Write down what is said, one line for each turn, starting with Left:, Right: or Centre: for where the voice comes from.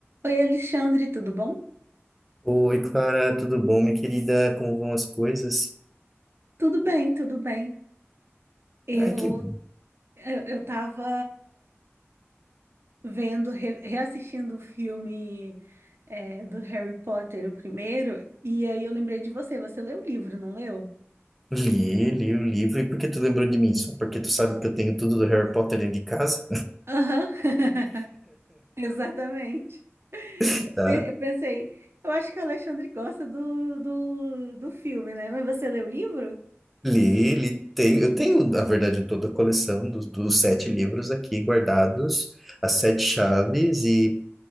Right: Oi, Alexandre, tudo bom?
Centre: Oi, Clara, tudo bom, minha querida? Como vão as coisas?
Right: Tudo bem, tudo bem. Eu
Centre: Ai, que bom.
Right: eu, eu tava vendo, re- reassistindo o filme é, do Harry Potter, o primeiro, e aí eu lembrei de você. Você leu o livro, não leu?
Centre: Li, li o livro. E por que tu lembrou de mim? Só porque tu sabe que eu tenho tudo do Harry Potter dentro de casa,
Right: Aham, <laughs> Exatamente.
Centre: <laughs> tá?
Right: Pe- Eu pensei, eu acho que o Alexandre gosta do, do, do filme, né? Mas você leu o livro?
Centre: Li, li, tenho, eu tenho, na verdade, toda a coleção dos, dos sete livros aqui guardados, as sete chaves e,